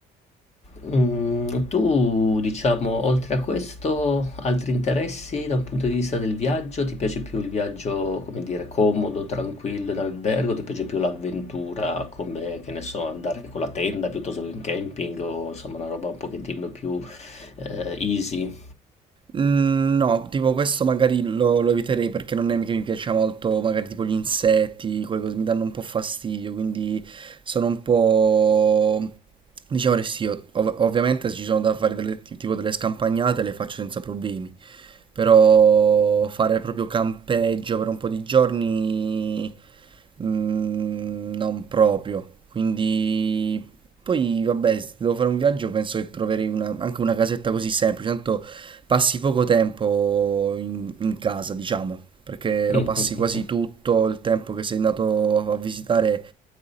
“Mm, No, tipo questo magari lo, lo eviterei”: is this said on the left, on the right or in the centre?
Right